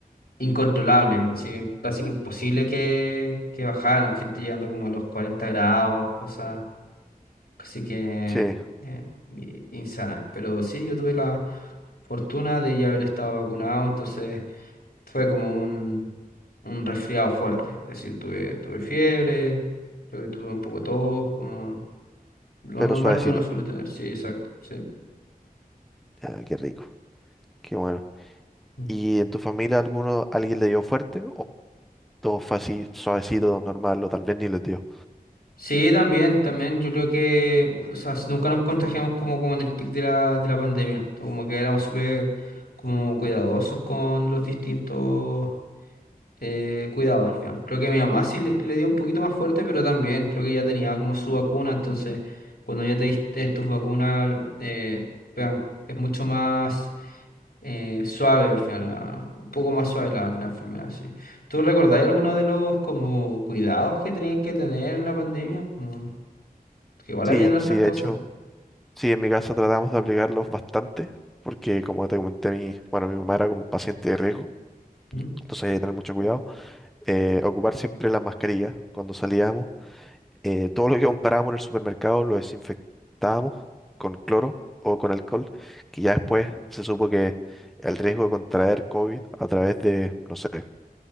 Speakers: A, on the left; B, in the centre.
A: incontrolables, así, casi imposible que, que bajaran, gente llegando como a los 40 grados, cosas Así que
B: sí,
A: eh, i- insana. Pero sí, yo tuve la fortuna de ya haber estado vacunado, entonces fue como un, un resfriado fuerte. Es decir, tuve, tuve fiebre, creo que tuve un poco de tos, como lo
B: pero
A: normal
B: suavecito.
A: que uno suele tener. Sí, exacto, sí.
B: Ya, qué rico, qué bueno.
A: Mm.
B: ¿Y en tu familia alguno, alguien le dio fuerte? ¿O todo fue así, suavecito, normal, o tal vez ni les dio?
A: Sí, también, también. Yo creo que, o sea, nunca nos contagiamos como, como en el pic de la, de la pandemia. Como que éramos súper como cuidadosos con los distintos eh, cuidado al final. Creo que mi mamá sí le, le dio un poquito más fuerte, pero también creo que ya tenía como su vacuna, entonces cuando ya tenéis eh, tus vacunas eh, pegan- es mucho más eh, suave al final, la- un poco más suave la, la enfermedad, sí. ¿Tú recordáis alguno de los como cuidados que tenías que tener en la pandemia? Como que igual
B: Sí,
A: habían hartas
B: sí, de
A: cosas.
B: hecho, sí, en mi casa tratamos de aplicarlos bastante, porque como te comenté, mi, bueno, mi mamá era como paciente de riesgo,
A: ¿Mm?
B: entonces hay que tener mucho cuidado. Eh, ocupar siempre la mascarilla cuando salíamos, Eh, todo lo que comprábamos en el supermercado lo desinfectábamos con cloro o con alcohol, que ya después se supo que el riesgo de contraer COVID a través de, no sé,